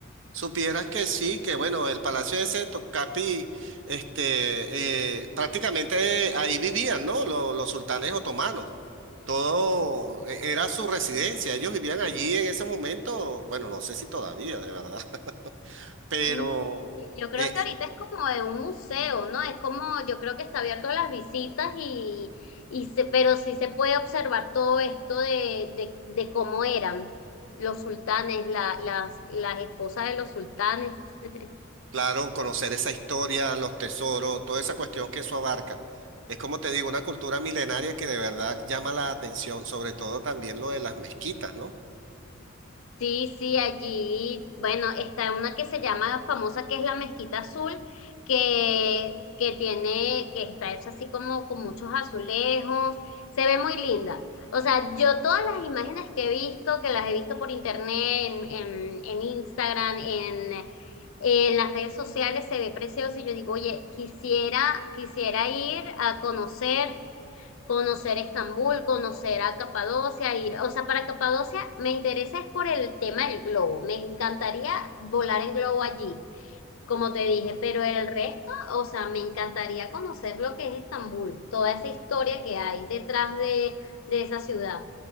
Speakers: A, on the right; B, on the left.
A: supieras que sí, que bueno, el Palacio ese de Topkapi, este, eh, prácticamente ahí vivían, ¿no? Lo- Los, sultanes otomanos. Todo eh,
B: Y
A: era su residencia. Ellos vivían allí en ese momento. Bueno, no sé si todavía, de verdad. <laughs> Pero
B: Mm, Yo creo
A: eh,
B: que
A: eh,
B: ahorita es como de un museo, ¿no? Es como, yo creo que está abierto a las visitas y, y se, pero sí se puede observar todo esto de, de, de cómo eran los sultanes, la, las, las esposas de los sultanes. <laughs>
A: Claro, conocer esa historia, los tesoros, toda esa cuestión que eso abarca. Es como te digo, una cultura milenaria que de verdad llama la atención, sobre todo también lo de las mezquitas, ¿no?
B: Sí, sí, allí, bueno, está una que se llama famosa, que es la Mezquita Azul, que, que tiene, que está hecha así como con muchos azulejos, se ve muy linda. O sea, yo todas las imágenes que he visto, que las he visto por internet, en, en, en Instagram, en, en las redes sociales, se ve precioso y yo digo, oye, quisiera, quisiera ir a conocer, conocer Estambul, conocer a Capadocia, ir, o sea, para Capadocia me interesa es por el tema del globo, me encantaría volar en globo allí, como te dije, pero el resto, o sea, me encantaría conocer lo que es Estambul, toda esa historia que hay detrás de, de esa ciudad,